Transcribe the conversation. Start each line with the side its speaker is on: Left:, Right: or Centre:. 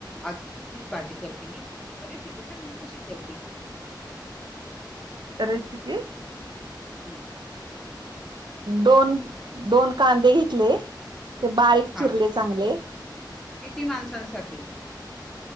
Centre: आज तीच भाजी करते मी तर रेसिपी सांग ना कशी करते
Right: रेसिपी
Centre: हम्म
Right: दोन दोन कांदे घेतले ते बारीक
Centre: हा
Right: चिरले चांगले
Centre: किती माणसांसाठी